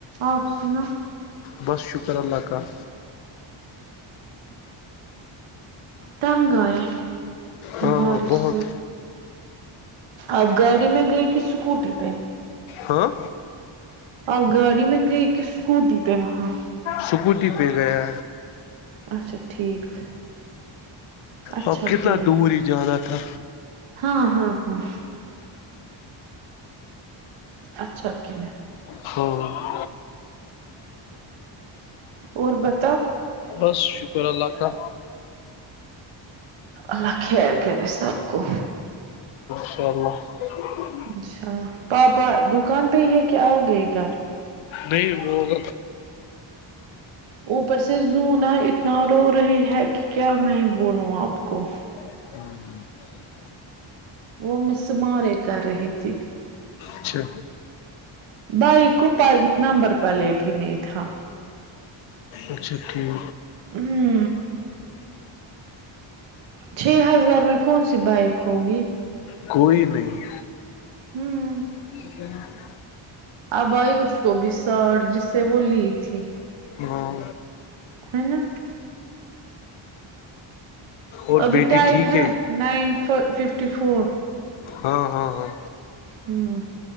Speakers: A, on the right; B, on the left.
A: آپ سنا
B: بس شکر اللہ کال
A: تنگ آئےے
B: ہاں
A: بارش
B: بہت
A: سے آپ گاڑی میں گئے کہ اسکوٹی پہ
B: ہاں
A: آپ گاڑی میں گئے کہ اسکوٹی پہ وہاں
B: سکوٹی پہ گیا
A: اچھا ٹھیک اچھا
B: اب کتنا
A: کیا
B: دور ہی جانا تھا
A: ہاں ہاں ہاں اچھا نہ
B: ہاں
A: اور بتا
B: بس شکر اللہ کاال
A: اللہ خیر کرے سب کو
B: شیر میں ج
A: انشاء اللہ پاپا دکان پ ہے کہ آئے گھر
B: نہیں وہگ
A: اوپر سے زنا اتنا رو رہی ہے کہ کیا میں بولوں آپ کو
B: ہوں
A: وہ مسمارے کر رہی تھی
B: اچھا
A: بھائی کو نمبر پلیٹ ہی نہیں تھا
B: اچھا ٹھیک
A: ہوں چھ ہزار میں کون سی بائک ہوگی
B: کوئی نہیں
A: ہوں
B: <inaudible>
A: اب آائی اس کو بھی ساڑ جس سے وہ لی تھی
B: ہاں
A: ہے نا
B: اور
A: ابھی
B: بیٹی
A: ٹائم
B: ٹھیک
A: ہے نائن ففٹی فور
B: ہاں ہاں ہاں
A: ہوں